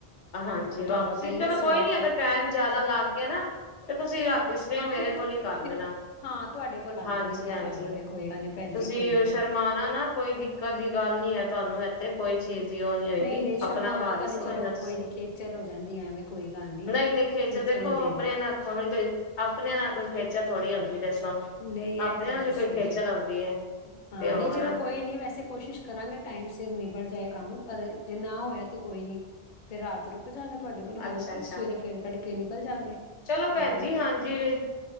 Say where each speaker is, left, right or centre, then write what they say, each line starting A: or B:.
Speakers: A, on the left; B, on the left.
A: ਹਾਂਜੀ
B: ਫਿਰ ਤੁਹਾਨੂੰ
A: ਵਾਪਸੀ,
B: ਪਤਾ ਹੀ
A: ਚਲੋ
B: ਨਾ ਸੌ
A: ਕੋਈ ਨੀ
B: ਕੰਮ
A: ਅਗਰ ਟੈ ਟਾਈਮ ਜਿਆਦਾ ਲਾ ਤਾ ਗੇ ਨਾ, ਤੇ ਤੁਸੀਂ ਰਾਤੀ ਸਟੇ
B: ਹਾਂ
A: ਮੇਰੇ
B: ਫਿਰ
A: ਕੋਲ ਹੀ ਕਰ ਲੇਣਾ,
B: ਫਿਰ ਹਾਂ ਤੁਹਾਡੇ ਕੋਲ ਕਰ ਲਾਂਗੇ
A: ਹਾਂਜੀ-ਹਾਂਜੀ
B: ਏਦਾਂ ਕਰ ਲਾਂਗੇ ਕੋਈ ਗੱਲ ਨਹੀਂ ਭੈਣ
A: ਤੁਸੀਂ
B: ਜੀ ਕੋਈ ਨਹੀਂ,
A: ਸ਼ਰਮਾਣਾ ਨਾ ਕੋਈ ਦਿੱਕਤ ਦੀ ਗੱਲ ਨੀ ਹੈ। ਤੁਹਾਨੂੰ ਇੱਥੇ ਕੋਈ ਚੀਜ਼ ਜੀ ਉਹ ਨੀ ਹੋਏਗੀ,
B: ਨਹੀਂ, ਨਹੀਂ
A: ਆਪਣਾ
B: ਸ਼ਰਮਾਣਾ
A: ਘਰ
B: ਤਾਂ
A: ਹੀ ਸਮਝਣਾ
B: ਨਹੀਂ ਚਲੋ
A: ਤੁਸੀਂ,
B: ਕੋਈ ਨਹੀਂ ਖੇਚਲ ਹੋ ਜਾਂਦੀ ਐਵੇਂ ਕੋਈ ਗੱਲ ਨਹੀਂ
A: ਨਹੀਂ-ਨਹੀਂ ਖੇਚਲ ਦੇਖੋ
B: ਨਹੀਂ ਦੇਣੀ।
A: ਅਪਣੇਆ ਨਾਲ <unintelligible> ਆਪਣਿਆਂ ਨਾਲ ਕੋਈ ਖੇਚ <unintelligible> ਚਲ ਥੋੜੀ ਹੁੰਦੀ <unintelligible> <unintelligible>
B: ਨਹੀਂ
A: ਆਪਣੇ
B: ਇਹ ਤਾਂ
A: ਨਾਲ
B: ਗੱਲ
A: ਵੀ ਕੋਈ
B: ਠੀਕ
A: ਖੇਚਲ ਹੁੰਦੀ ਹੈ?
B: ਹਾਂ
A: ਤੇ ਹੋਰ
B: ਨਹੀਂ ਚਲੋ ਕੋਈ ਨੀ, ਵੈਸੇ ਕੋਸ਼ਿਸ਼ ਕਰਾਂਗੇ ਟਾਈਮ ਸਿਰ ਨਿਬੜ ਜਾਏ ਕੰਮ, ਪਰ ਜੇ ਨਾ ਹੋਇਆ ਤੇ ਕੋਈ ਨੀ, ਫੇਰ ਰਾਤ ਰੁ ਰੁਕ ਜਾਾਂਗੇ ਤੁਹਾਡੇ ਕੋਲ ਹੋਰ
A: ਅੱਛਾ-ਅੱਛਾ
B: ਕੀ, ਸਵੇਰੇ ਫੇਰ ਤੜਕੇ ਨ ਕਲ ਜਾਂਗੇ।
A: ਚਲੋ
B: ਟਾਈਮ
A: ਭੈਣ ਜੀ
B: ਨਾਲ,
A: ਹਾਂਜੀ